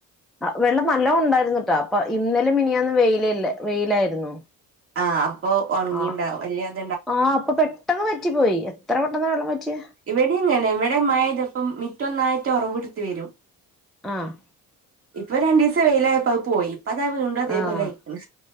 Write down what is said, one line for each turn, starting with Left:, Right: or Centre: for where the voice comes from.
Centre: ആ, വെള്ളം നല്ലോം ഉണ്ടായിരുന്നുട്ടോ. അപ്പൊ ഇന്നലിം മിനിയാന്നും വെയിലല്ലേ വെയിലായിരുന്നു.
Right: ആഹ്, അപ്പൊ ഒണങ്ങിണ്ടാവും
Centre: ആഹ്
Right: <unintelligible>
Centre: ആഹ്, അപ്പൊ പെട്ടെന്ന് വറ്റിപ്പോയി, എത്ര പെട്ടെന്നാ വെള്ളം വറ്റിയ
Right: ഇവിടീംങ്ങനെ ഇവിടെ മഴയ്താപ്പം മിറ്റൊന്നായിട്ട് ഒറവ്ട്ത്ത് വരും.
Centre: ആഹ്
Right: ഇപ്പൊ രണ്ടീസം വെയിലായപ്പോ അത് പോയി. ഇപ്പതാ വീണ്ടും അതേപോലെ
Centre: ആഹ്,
Right: ആയിക്ക്ണ്